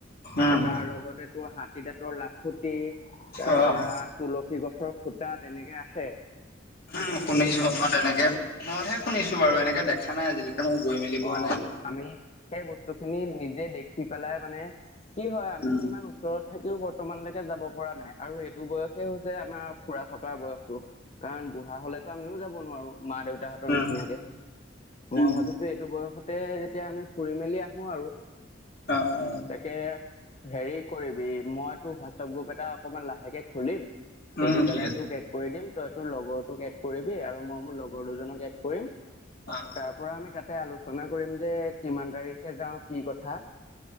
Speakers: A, on the left (about 55°); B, on the left (about 35°).
A: উম,
B: তাৰ লগতে তোৰ হাতীদাঁতৰ লাখুঁটি তাৰ
A: অ',
B: পৰা তুলসী গছৰ খুটা তেনেকে আছে
A: উম, শুনিছো আপোনাৰ তেনেকে ফোনতহে শুনিছো বাৰু এনেকে দেখা নাই আজিলৈকে মই গৈ মেলি
B: অ
A: পোৱা নাই
B: আমি সেই বস্তুখিনি নিজে দেখি পেলাই মানে কি হয় আমি
A: উম,
B: ইমান ওচৰত থাকিও বৰ্তমানলৈকে যাব পৰা নাই আৰু এইটো বয়সে হৈছে আমাৰ ফুৰা চকা বয়সতো কাৰণ বুঢ়া হলেতো আমিও যাব নোৱাৰো মা দেউতাহঁত ত
A: উম,
B: নিচিনাকে মই
A: উম,
B: ভাবিছো এইটো বয়সতে যেতিয়া আমি ফুৰি মেলি আহো আৰু।
A: অ অ
B: তাকে হেৰি কৰিবি মই তোৰ হোৱাটছপ গ্ৰুপ এটা অকমান লাহেকে খুলিম
A: উম,
B: খুলি
A: ঠিক
B: পেলাই
A: আছে
B: তোক এ কৰি দিম, তই তোৰ লগৰ তোক এড কৰিবি আৰু মই মোৰ লগৰ দুজনক এড কৰিম
A: অ',
B: তাৰ পৰা আমি কাট তে আলোচনা কৰিম যে কিমান তাৰিখে যাওঁ কি কথা।